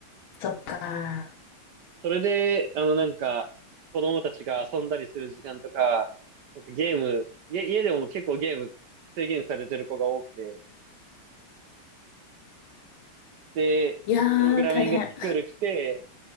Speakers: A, on the left; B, on the right.
A: そっか。
B: それで、あの、なんか、子供たちが遊んだりする時間とか、なんかゲーム、家、家でも結構ゲーム制限されてる子が多くて、で、
A: いやー、
B: プログラミングスクール来て、
A: 大変。